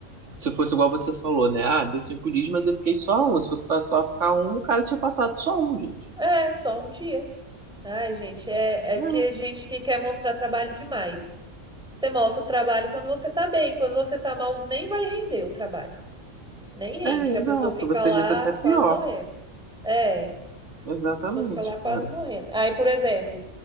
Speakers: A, on the right; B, in the centre.
A: se fosse igual você falou, né, ah, deu cinco dias, mas eu fiquei só um, se fosse pra só ficar um, o cara tinha passado só um, gente.
B: É, só um dia. Ai, gente, é, é
A: É.
B: que gente que quer mostrar trabalho demais. Você mostra o trabalho quando você tá bem, quando você tá mal, nem vai render o trabalho. Nem rende,
A: É,
B: que
A: exato.
B: a pessoa fica
A: Você
B: lá
A: diz até pior.
B: quase morrendo. É.
A: Exatamente,
B: pessoa fica lá quase
A: cara.
B: morrendo. Aí, por exemplo,